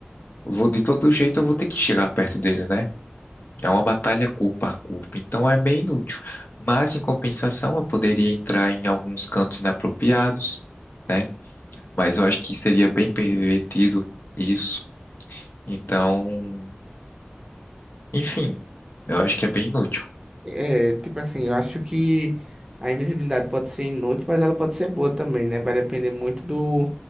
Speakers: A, on the left; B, on the right.
A: Vou, de todo jeito, eu vou ter que chegar perto dele, né? É uma batalha corpo a corpo, então é meio inútil. Mas, em compensação, eu poderia entrar em alguns cantos inapropriados, né? Mas eu acho que seria bem pervertido isso. Então, enfim, eu acho que é bem inútil.
B: É, tipo assim, eu acho que a invisibilidade pode ser inútil, mas ela pode ser boa também, né? Vai depender muito do,